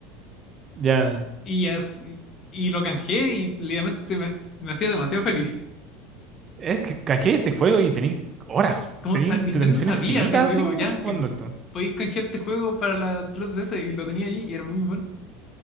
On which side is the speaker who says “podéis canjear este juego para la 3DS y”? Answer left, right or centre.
Left